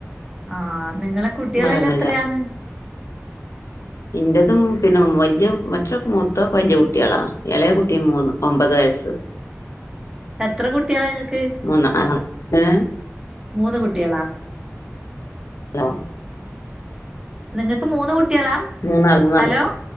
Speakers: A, on the right; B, on the left.
A: ആഹ നിങ്ങളെ കുട്ടികളെല്ലാം
B: മഴയൊന്നുല്ല
A: എത്രയാന്ന്
B: ഇൻ്റതും പിന്നെ വല്ല്യ കു മറ്റ മൂത്തൊക്കെ വല്ല്യ കുട്ട്യേളാ. എളയ കുട്ടി മൂന്ന് ഒമ്പത് വയസ്സ്.
A: എത്ര കുട്ടിയേളാ ങ്ങക്ക്?
B: മൂന്ന് നാലാം ഏ
A: മൂന്ന് കുട്ടിയേളാ
B: ഹലോ
A: നിങ്ങക്ക് മൂന്ന് കുട്ട്യാളാ?
B: മൂന്നാൾ മൂന്നാള്
A: ഹലോ!